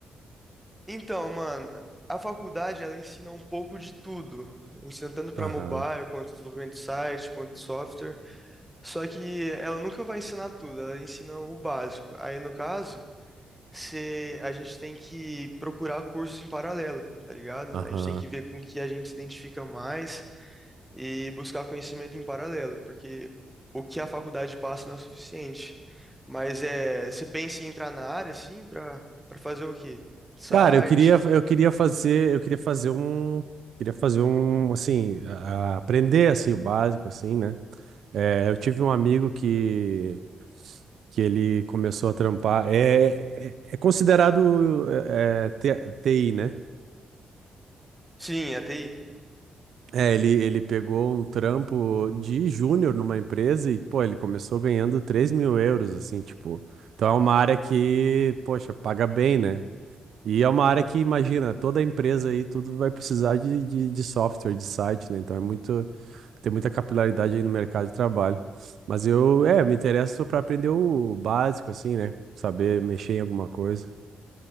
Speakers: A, in the centre; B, on the right (about 70°).
A: Então, mano, a faculdade ela ensina um pouco de tudo, ensina tanto para
B: Aham,
A: mobile, quanto desenvolvimento de site, quanto software. Só que ela nunca vai ensinar tudo, ela ensina o básico. Aí no caso, se a gente tem que procurar cursos em paralelo, tá ligado?
B: aham.
A: A gente tem que ver com o que a gente se identifica mais e buscar conhecimento em paralelo, porque o que a faculdade passa não é suficiente. Mas é, você pensa em entrar na área assim para para fazer o quê? Site,
B: Cara, eu queria, eu queria fazer, eu queria fazer um, queria fazer um, assim, a- a- aprender assim o básico, assim, né? É, eu tive um amigo que que ele começou a trampar. É, é, é considerado é, é, T- TI, né?
A: Sim, a TI.
B: É, ele, ele pegou um trampo de júnior numa empresa e, pô, ele começou ganhando 3 mil euros, assim, tipo. Então é uma área que, poxa, paga bem, né? E é uma área que, imagina, toda empresa aí, tudo vai precisar de, de, de software, de site, né? Então é muito, tem muita capilaridade aí no mercado de trabalho. Mas eu, é, me interesso para aprender o básico, assim, né? Saber mexer em alguma coisa.